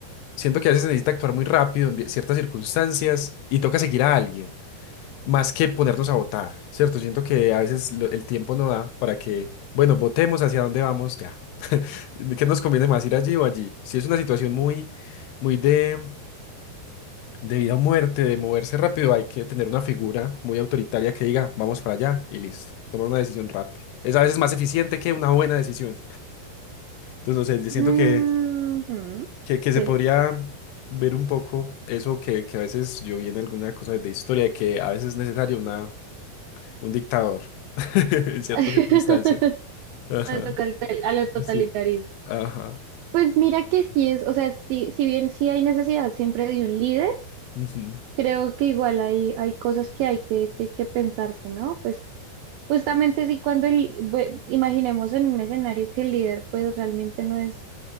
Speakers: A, on the left (about 80°); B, on the right (about 80°).
A: siento que a veces se necesita actuar muy rápido en vi- ciertas circunstancias y toca seguir a alguien, más que ponernos a votar, ¿cierto? Siento que a veces lo- el tiempo no da para que, bueno, votemos hacia dónde vamos ya. ¿Qué nos conviene más, ir allí o allí? Si es una situación muy, muy de... De vida o muerte, de moverse rápido, hay que tener una figura muy autoritaria que diga, vamos para allá y listo. Tomar una decisión rápida. Es a veces más eficiente que una buena decisión. Entonces, no sé, yo siento
B: Ujú.
A: que, que, que se
B: Sí.
A: podría ver un poco eso que, que a veces yo vi en alguna cosa de historia, de que a veces es necesario una, un dictador <laughs> en ciertas
B: <laughs>
A: circunstancias. Ajá,
B: Me toca el tel- al total- a lo totalitarismo.
A: sí. Ajá.
B: Pues mira que sí es, o sea, sí, si bien sí hay necesidad siempre de un líder,
A: ujú,
B: creo que igual hay, hay cosas que hay que, que, que pensarse, ¿no? Pues justamente sí, cuando el, ve- imaginemos en un escenario que el líder pues realmente no es,